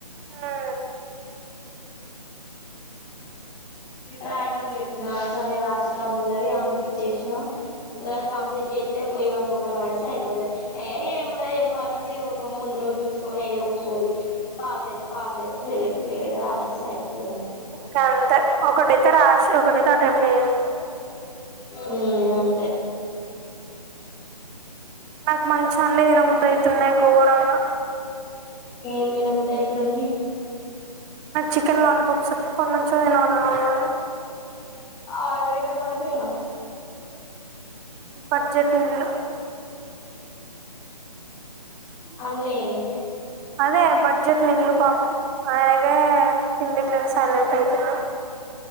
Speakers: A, in the centre; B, on the left (about 15°).
A: హు
B: రాయమని చెప్పిన సరే రాస్తా అని అన్నది ఆమెకిచ్చేసినా నాది కంప్లీట్ జేస్తే పోయి వాన్ ముఖన పడేస్తే అయిపోతది ఏ ఏమున్నది ఏం ఫార్మసీ ఒక ముందు రోజు చూసుకొని ఏదో ఒక సోది పాస్ అయితే పాస్ అయిత ఫెయిల్ అయితే ఫెయిల్ అయిత రాశి వస్తే అయిపోతది అంతే
A: గాంతే ఒకటైతే రాసి ఒకటైతే అటెంప్ట్ చేయి అంతే
B: ఉ అంతే
A: నాకు మంచిగా అన్ని తిన్నబుదై యితున్నాయి గోరంగా
B: ఏం తిన బుద్ధి అయితుంది
A: నక్ చికెన్ లాలీపప్స్ ఎప్పటి నున్ చో తినాలనుంది
B: ఆర్డర్ వెట్ట మనపేనవ్
A: బడ్జెట్ నీల్
B: అన్నయని
A: అదే బడ్జెట్ నిల్లు పాపం ఆయనకే తిండికి లేక సైలెంట్ అయితున్న